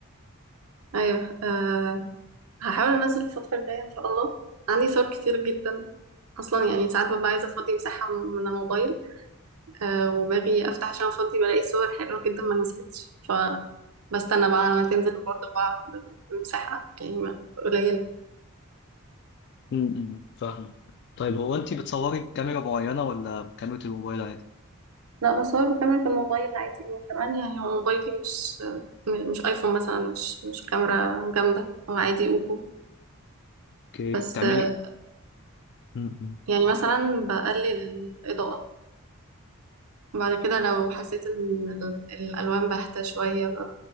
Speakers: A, on the right; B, on the left.
A: أيوه أه هحاول أنزل الفترة الجاية إن شاء الله عندي صور كتير جدا اصلا يعني ساعات ببقى عايزه افضي مساحه من الموبايل أه وباجي افتح عشان افضي بلاقي صور حلوه جدا ما نزلتش ف بستنى بقى لما تنزل وبرضه بقعد بمساحه يعني ما- قليله
B: امم فاهمه طيب هو انت بتصوري بكاميرا معينه ولا بكاميرا الموبايل عادي
A: لا بصور بكاميرا الموبايل عادي وكمان يعني هو موبايلي مش مش ايفون مثلا مش مش كاميرا جامده هو عادي اوبو
B: اوكي
A: بس
B: بتعملي
A: آه،
B: ايه امم
A: يعني مثلا بقلل الاضاءه بعد كده لو حسيت ان ال- الالوان باهته شويه